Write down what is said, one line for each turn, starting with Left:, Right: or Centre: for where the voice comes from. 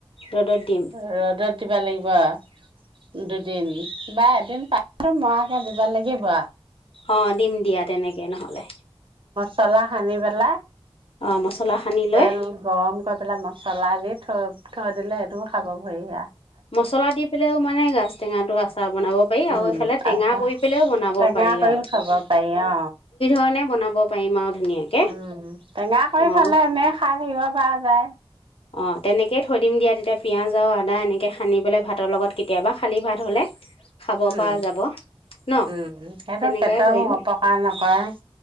Left: ৰ'দত দিম
Right: ৰ'দত দিবা লাগিব। <unintelligible> দুদিন বা এদিন পাকটো মৰাকে দিব লাগিব।
Left: অ, ' দিম দিয়া তেনেকে নহ'লে।
Right: চলা সানি পেলাই।
Left: অ মছলা সানি
Right: তেল
Left: লৈ
Right: গৰম। পেলাই মছলা দি থৈ থৈ দিলে সেইটোও খাব ভৰি হিয়া।
Left: মছলা দি পেলাইও মানে গাছ টেঙাটো আচাৰ বনাব পাৰি
Right: উম,
Left: আৰু এইফালে টেঙা
Right: আছা,
Left: কৰি পেলাইও বনাব
Right: টেঙা
Left: পাৰি
Right: কৰিও
Left: আৰু
Right: খাব পাৰি অ'।
Left: <unintelligible> বনাব পাৰিম আৰু। ধুনীয়াকে
Right: উম, টেঙা কৰি
Left: অঁ
Right: খালে এনেই খাই থাকিব পাৰ নাই।
Left: অ, ' তেনেকেই থৈ দিম দিয়া তেতিয়া পিয়াজ আৰু আদা এনেকে সানি পেলাই ভাতৰ লগত কেতিয়াবা খালী ভাত হলে। খাব
Right: উম,
Left: পৰা যাব, ন'
Right: উম, সেইটো
Left: তেনেকুৱাই
Right: পেটৰো
Left: কৰিম
Right: অপকাৰ নকৰে।